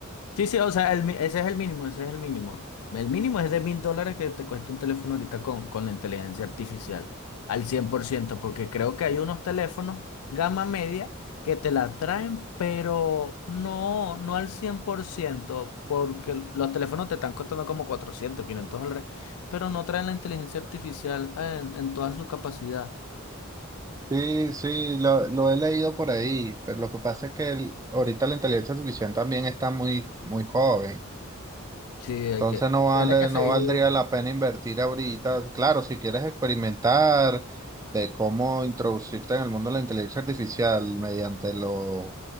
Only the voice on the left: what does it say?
Sí, sí, o sea, el mi- ese es el mínimo, ese es el mínimo. El mínimo es de mil dólares que te cuesta un teléfono ahorita con, con la inteligencia artificial, al 100% porque creo que hay unos teléfonos gama media que te la traen, pero no, no al 100% porque los teléfonos te están costando como 400, 500 dólares, pero no traen la inteligencia artificial en, en toda su capacidad.
Sí, hay
que,
tiene que seguir.